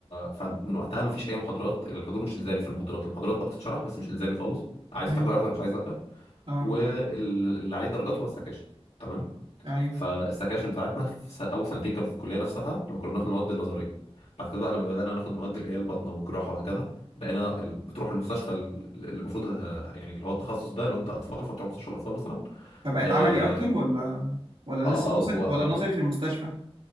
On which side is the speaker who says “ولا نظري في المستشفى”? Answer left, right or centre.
Right